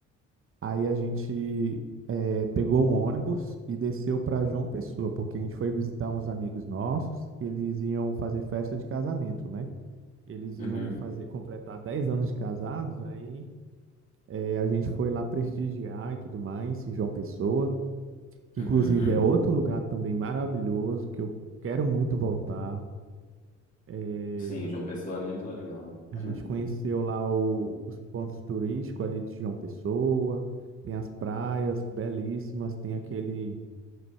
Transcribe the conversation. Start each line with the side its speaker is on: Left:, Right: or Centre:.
Right: Aí a gente eh, pegou um ônibus e desceu para João Pessoa, porque a gente foi visitar uns amigos nossos que eles iam fazer festa de casamento, né? Eles
Left: Uhum.
Right: iam fazer, completar 10 anos de casados, aí eh, a gente foi lá prestigiar e tudo mais, em João Pessoa, que
Left: Uhum.
Right: inclusive é outro lugar também maravilhoso, que eu quero muito voltar. Eh,
Left: Sim, João Pessoa é muito legal, né?
Right: a gente
Left: Hum.
Right: conheceu lá o- os pontos turísticos ali de João Pessoa, tem as praias belíssimas, tem aquele.